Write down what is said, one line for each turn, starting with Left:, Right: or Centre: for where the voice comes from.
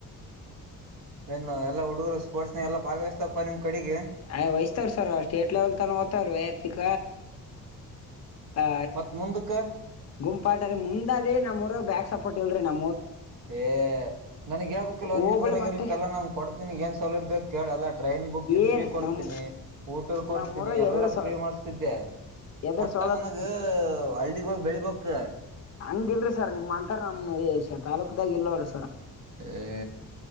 Right: ಏನು ಎಲ್ಲ ಹುಡುಗರು ಸ್ಪೋರ್ಟ್ಸ್ ಎಲ್ಲಾ ಭಾಗ ವಹಿಸ್ತಾವಪ್ಪ ನಿಮ್ ಕಡೆಗೆ
Left: ಹಯ ವೈಸ್ತಾರ ಸರ್ ಸ್ಟೇಟ್ ಲೇವಲ್ ತಾನ ಹೊತ ರೀ ವೈಯಕ್ತಿಕ ಆ
Right: ಮತ್ತ್ ಮುಂದಕ್ಕ
Left: ಗುಂಪಾಟ ರೀ ಮುಂದಲ್ಲಿ ನಮ್ಮಊರ ಬ್ಯಾಕ್ ಸಪೋರ್ಟ್ ಇಲ್ರಿ ನ
Right: ಏ ನನ್ಗ್ ಹೇಳ್ಬೇಕುಲ್
Left: ಹೋಬಳಿ
Right: ನಿಮ್ಮ ಮೂರಗರ್ಲಿಕ್ಕೆಲ್ಲಾ
Left: ಮಟ್ಟ
Right: ನಾನನ್ ಕೊಡ್ತೀನಿ ಏನ್ ಸೌಲಭ್ಯ ಬೇಕ ಕೆೇಳ ಅಲ ಟ್ರೈನ್ ಬುಕ್ಕಿಂಗ್
Left: ಏನ್
Right: ಫ್ರೀ ಕೊಡ್ತೀನಿ
Left: ನಮ್
Right: ಊಟದ ಕೊಡ್ತೀನಿ
Left: ನಮ್ಮೂರಾಗ
Right: ಎಲ್ಲಾ
Left: ಎದರ ಸ
Right: ಫ್ರೀ ಮಾಡಸ್ತಿದ್ದೆ
Left: ಎದರ
Right: ಒಟ್ಟ
Left: ಸೌಲಭ್
Right: ನನಗ ಹಳ್ಳಗಳ ಬೆಳಿಬೆಕ್
Left: ಹಂಗ ಇಲ್ರಿ ಸರ್ ನಿಮ್ಮಂಥ ನಮ್ಮ ತಾಲೂಕದಾಗ ಇಲ್ಲೋಡಿ
Right: ಏ